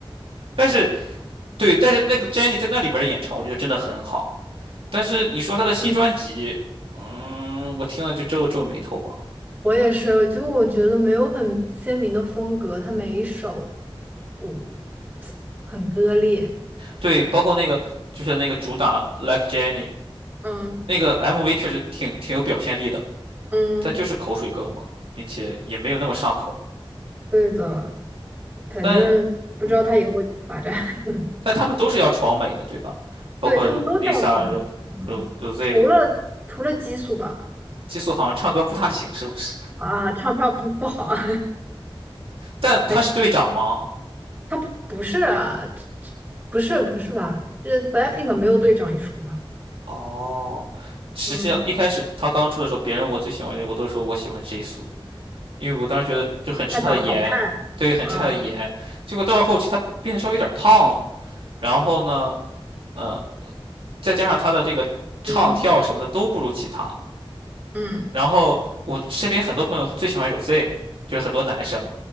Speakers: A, on the right; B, on the right.
A: 但是对，但是那个 j e n n i e 在那里面的演唱，我觉得真的很好。但是你说她的新专辑，
B: 嗯，
A: 嗯，我听了就皱皱眉头吧。
B: 我也是，就我觉得没有很鲜明的风格，他每一首我很割裂。
A: 对，包括那个就是那个主打 Like j e n n i e
B: 嗯
A: 那个 MV 确实挺挺有表现力的，
B: 嗯，
A: 但就是口水歌嘛，并且也没有那么上口。
B: 对的，反正不知道他以后会怎么发展。
A: 但嗯，
B: <laughs>
A: 但他们都是要闯美的，对吧？包括
B: 对，他们都是要穿长眉，
A: Lisa、Ro、Ro、Rose，
B: 除了除了激素吧，
A: 激素好像唱歌不大行，是不是？
B: 啊，唱跳不不好啊，<laughs>
A: 但他是队长吗？
B: 还是他不不是啊，这这不是不是吧？这 BLACKPINK 没有队长一说吧？
A: 哦，实际上一开始他刚出的时候，
B: 嗯，
A: 别人我最喜欢谁，我都说我喜欢 j i s o 因为我当时觉得就很吃他的颜，
B: 他长得好看啊，
A: 对，很吃他的颜。结果到了后期，他变得稍微有点胖了，然后呢，呃，再加上他的这个唱跳什么的都不如其他。
B: 嗯嗯，
A: 然后我身边很多朋友最喜欢 Rosé，就是很多男生